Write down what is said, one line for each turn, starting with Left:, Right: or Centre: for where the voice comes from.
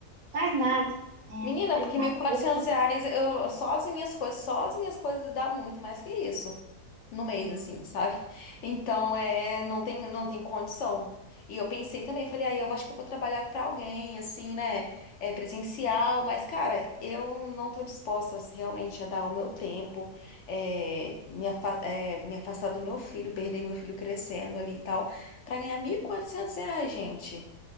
Right: faz nada, né?
Left: Menina,
Right: Faz
Left: porque
Right: nada.
Left: mil e quatrocentos
Right: Eu sou
Left: reais, eu, só as minhas coisas, só as minhas coisas dá muito mais que isso no mês,
Right: sim
Left: assim, sabe? Então, é, não tem, não tem condição. E eu pensei também, falei, aí eu acho que eu vou trabalhar pra alguém, assim, né? É presencial, mas, cara, eu não tô disposta realmente a dar o meu tempo, é, me, afa- é, me afastar do meu filho, perder meu filho crescendo ali e tal, pra ganhar mil e quatrocentos reais, gente.